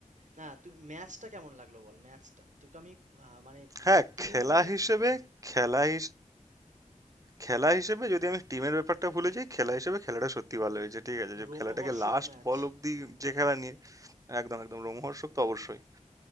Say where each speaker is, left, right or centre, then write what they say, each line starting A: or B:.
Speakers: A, on the right (about 65°); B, on the right (about 25°).
A: না তুই ম্যাচটা কেমন লাগলো বল ম্যাচটা তোকে আমি আহ, মানে
B: হ্যাঁ
A: টিমের
B: খেলা হিসেবে
A: হুম
B: খেলা হিস- খেলা হিসেবে যদি আমি টিমের ব্যাপারটা ভুলে যাই খেলা হিসেবে খেলাটা সত্যি ভালো হয়েছে ঠিক আছে যে
A: রোমহর্ষক
B: খেলাটাকে লাস্ট
A: ম্যাচ
B: বল অব্দি যে খেলা নিয়ে একদম একদম রোমহর্ষক তো অবশ্যই